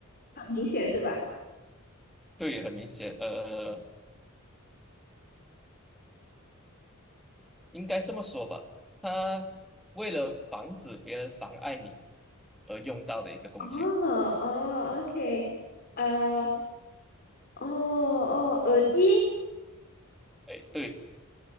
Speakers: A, on the left; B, in the centre.
A: 很明显是吧？
B: 对，很明显，呃。应该这么说吧，它为了防止别人妨碍你而用到的一个工具。
A: 哦哦，OK，呃，哦哦，耳机，
B: 哎，对